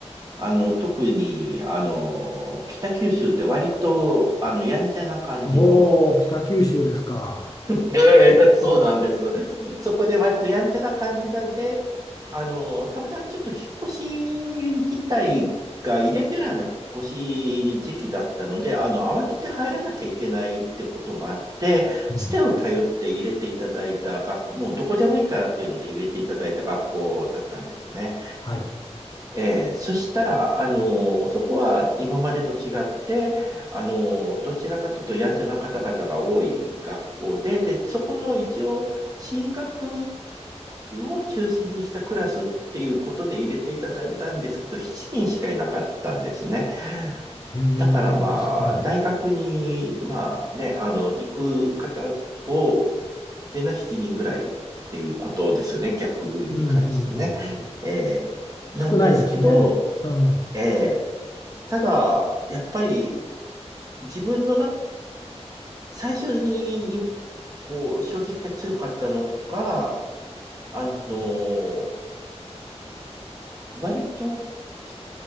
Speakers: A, on the right; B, on the left.
A: あの、特に、あの、北九州って割と、あの、やんちゃな感じの、
B: おお、北九州ですか。
A: ええ、そうなんです。そこで割とやんちゃな感じなんで、あの、たまたまちょっと引っ越し自体がイレギュラーな引っ越し時期だったので、あの、慌てて入らなきゃいけないってこともあって、
B: うん。
A: つてを頼って入れていただいた学、もうどこでもいいからっていうので入れていただいた学校だったんですね。
B: はい。
A: ええ、そしたら、あの、そこは今までと違って、あの、どちらかというとやんちゃな方々が多い学校で、で、そこの一応、進学を中心にしたクラスっていうことで入れていただいたんですけど、7人しかいなかったんですね。
B: へえ、
A: だからまあ、
B: 少ない。
A: 大学に、まあね、あの、行く方を、でな7人ぐらいっていうことですよね、逆に返すとね。
B: うんうんうん。
A: ええなんですけど、
B: 少ないですね。うん。
A: ええ。ただ、やっぱり自分の中、最初にこう衝撃が強かったのが、あの、割とき